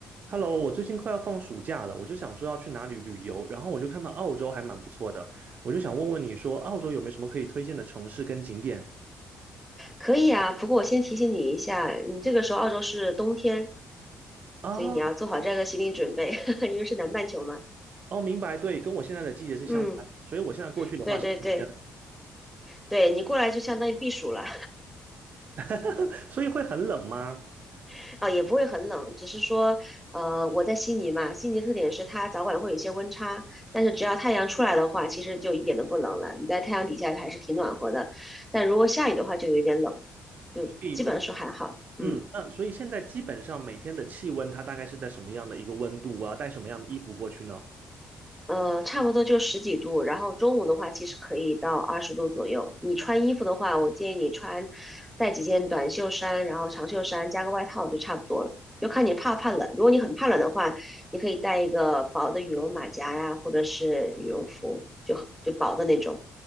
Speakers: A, on the right; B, in the centre.
A: Hello，我最近快要放暑假了，我就想说要去哪里旅游，然后我就看到澳洲还蛮不错的，我就想问问你说澳洲有没有什么可以推荐的城市跟景点
B: 可以啊，不过我先提醒你一下，你这个时候澳洲是冬天，
A: 啊？
B: 所以你要做好这个心理准备，<laughs> 因为是南半球嘛。
A: 哦，明白，对，跟我现在的季节是相反的所以我现在过去的话是冬天，
B: 嗯，对对对对，你过来就相当于避暑了
A: <laughs> 所以会很冷吗？
B: <laughs> 啊，也不会很冷，只是说，呃，我在悉尼嘛，悉尼特点是它早晚会有一些温差，但是只要太阳出来的话，其实就一点都不冷了，你在太阳底下还是挺暖和的，但如果下雨的话就有点冷，就基本上说还好，
A: 所以，
B: 嗯。
A: 嗯，那所以现在基本上每天的气温它大概是在什么样的一个温度啊？我要带什么样的衣服过去呢？
B: 呃，差不多就十几度，然后中午的话，其实可以到二十度左右。你穿衣服的话，我建议你穿带几件短袖衫，然后长袖衫加个外套就差不多了。就看你怕不怕冷。如果你很怕冷的话，你可以带一个薄的羽绒马甲呀，或者是羽绒服，就就薄的那种。